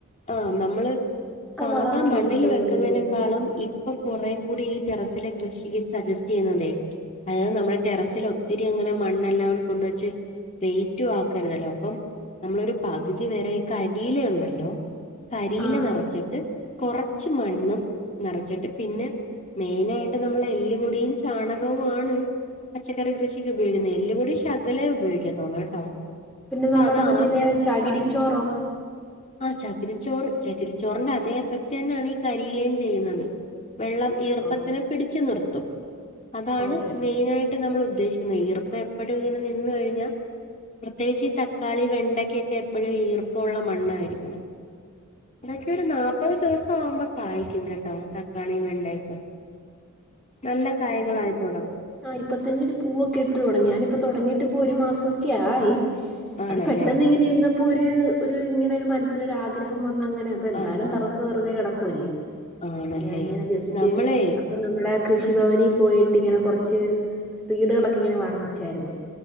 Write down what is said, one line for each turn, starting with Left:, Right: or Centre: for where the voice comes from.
Left: ആഹ് നമ്മള് സാധാ
Centre: വളമൊക്കെയാണ്
Left: മണ്ണിൽ
Centre: ഏറ്റവും
Left: വെക്കുന്നതിനേക്കാളും
Centre: കൂടുതൽ
Left: ഇപ്പൊ കൊറ കൂടി ഈ ടെറസിലെ കൃഷിക്ക് സജസ്റ്റ് ചെയ്യുന്നതെ അതായത് നമ്മുടെ ടെറസിൽ ഒത്തിരി അങ്ങനെ മണ്ണെല്ലാം കൊണ്ടുവച്ച് വെയറ്റു ആക്കരുതല്ലോ അപ്പം നമ്മളൊരു പകുതി വരെ കരിയില ഉണ്ടല്ലോ കരിയില
Centre: ആ
Left: നിറച്ചിട്ട് കുറച്ച് മണ്ണും നിറച്ചിട്ട് പിന്നെ മെയിനായിട്ട് നമ്മൾ എല്ലിപൊടിയും ചാണകവും ആണ് പച്ചക്കറി കൃഷിക്ക് ഉപയോഗിക്കുന്നത് എല്ലുപൊടി ശകലേ ഉപയോഗിക്കാത്തോളൂ കേട്ടോ
Centre: പിന്നെ
Left: അപ്പൊ
Centre: നമ്മുടെ
Left: അത്
Centre: മറ്റേയില്
Left: ആദ്യം
Centre: ചാകിരിച്ചോറോ
Left: ആഹ് ചക് ചകരിച്ചോറ് ചകിരിച്ചോറിന്റെ അതേ എഫക്ട് തന്നെയാണ് ഈ കരിയിലയും ചെയ്യുന്നത് വെള്ളം ഈർപ്പത്തിനെ
Centre: ആ
Left: പിടിച്ചു നിർത്തും അതാണ്
Centre: ഓക്കെ
Left: മെയിനായിട്ട് നമ്മൾ ഉദ്ദേശിക്കുന്നത് ഈർപ്പം എപ്പോഴും ഇങ്ങനെ നിന്ന് കഴിഞ്ഞാൽ പ്രത്യേകിച്ച് ഈ തക്കാളി വെണ്ടയ്ക്കൊക്കെ എപ്പോഴും ഈർപ്പമുള്ള മണ്ണായിരിക്കണം ഇതൊക്കെ ഒരു നാല്പ്പത് ദിവസം ആവുമ്പോ കായ്ക്കും കേട്ടോ തക്കാളിയും വെണ്ടയൊക്കെ നല്ല കായകളായിത്തുടങ്ങും
Centre: ആഹ് ഇപ്പൊ തന്നെ ഒരു പൂവൊക്കെ ഇട്ട് തുടങ്ങി ഞാന ഇപ്പൊ തുടങ്ങിയിട്ട് ഇപ്പൊ ഒരു മാസം ഒക്കെ ആയി
Left: ആണല്ലേ
Centre: അത് പെട്ടെന്ന് ഇങ്ങനെ ഇരുന്നപ്പോ ഒരു ഒരു ഇങ്ങനെ ഒരു മനസ്സിലൊരാഗ്രഹം വന്ന അങ്ങനെ അപ്പ എന്തായാലും
Left: ആഹ് ആഹ്
Centre: ടറസ്സ് വെറുതെ കിടക്കും അല്ലേ
Left: ആണല്ലേ
Centre: അപ്പൊ ഞാനിങ്ങനെ ജസ്റ്റ്
Left: നമ്മളെ
Centre: അപ്പൊ നമ്മുടെ കൃഷിഭവനിൽ പോയിട്ട് ഇങ്ങനെ കൊറച്ച് സീഡുകളൊക്കെ ഇങ്ങനെ വാങ്ങിച്ചായിരുന്നു